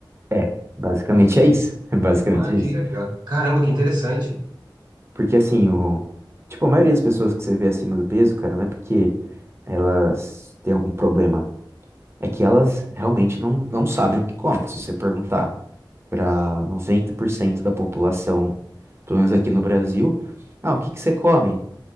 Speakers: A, on the right; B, on the right.
A: É, basicamente é isso. <laughs> Basicamente
B: Ah,
A: é
B: que
A: isso.
B: legal. Caramba, que interessante.
A: Porque assim, o... tipo, a maioria das pessoas que você vê acima do peso, cara, não é porque elas têm algum problema. É que elas realmente não, não sabem o que comem. Se você perguntar para 90% da população, pelo menos aqui no Brasil. Ah, o que que você come?